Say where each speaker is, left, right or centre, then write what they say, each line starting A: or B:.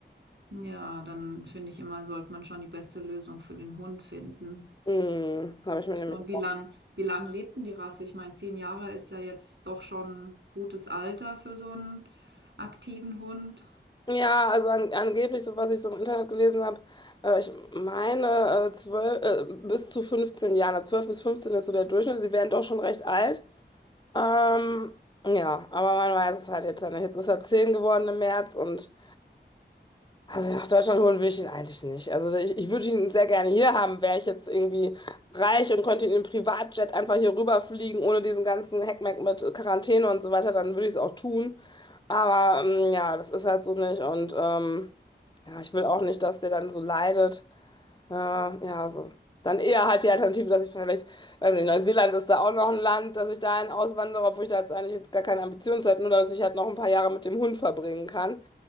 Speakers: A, on the right; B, on the left.
A: ja, dann finde ich immer, sollte man schon die beste Lösung für den Hund finden.
B: Mhm. Habe ich mir nämlich.
A: Und wie lang, wie lang lebt denn die Rasse? Ich meine, zehn Jahre ist ja jetzt doch schon gutes Alter für so einen aktiven Hund.
B: Ja, also an, angeblich, so was ich so im Internet gelesen habe, äh, ich meine äh, 12, äh, bis zu 15 Jahren, also 12 bis 15 ist so der Durchschnitt, die werden doch schon recht alt. Ähm, ja, aber man weiß es halt jetzt ja nicht. Jetzt ist er 10 geworden im März und also nach Deutschland holen will ich ihn eigentlich nicht. Also ich, ich würde ihn sehr gerne hier haben, wäre ich jetzt irgendwie reich und könnte in einem Privatjet einfach hier rüberfliegen, ohne diesen ganzen Heckmeck mit Quarantäne und so weiter, dann würde ich es auch tun. Aber ähm, ja, das ist halt so nicht und ähm, ja, ich will auch nicht, dass der dann so leidet. Äh, ja, so. Dann eher halt die Alternative, dass ich vielleicht, weiß nicht, Neuseeland ist da auch noch ein Land, dass ich dahin auswandere, obwohl ich da jetzt eigentlich jetzt gar keine Ambitionen zu hätte, nur dass ich halt noch ein paar Jahre mit dem Hund verbringen kann.